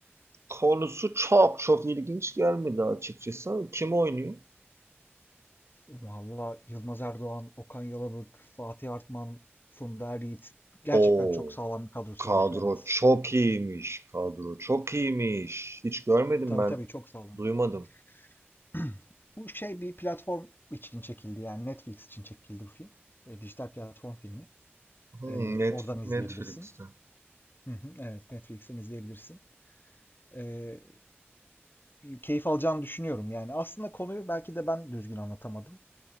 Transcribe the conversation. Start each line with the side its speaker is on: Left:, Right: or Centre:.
Right: konusu çok çok ilginç gelmedi açıkçası. Kim oynuyor?
Left: valla Yılmaz Erdoğan, Okan Yalabık, Fatih Artman, Funda Er Gerçekten
Right: Oo,
Left: çok sağlam bir kadrosu
Right: kadro
Left: var. Evet.
Right: çok iyiymiş. Kadro çok iyiymiş. Hiç görmedim
Left: Tabii
Right: ben.
Left: tabii çok sağlam.
Right: Duymadım.
Left: <clears throat> Bu şey bir platform için çekildi yani Netflix için çekildi bu film. Böyle dijital platform filmi.
Right: Hmm,
Left: E,
Right: Net,
Left: oradan izleyebilirsin.
Right: Netflix'te.
Left: Hı hı, evet Netflix'ten izleyebilirsin. Ee, keyif alacağını düşünüyorum yani. Aslında konuyu belki de ben düzgün anlatamadım.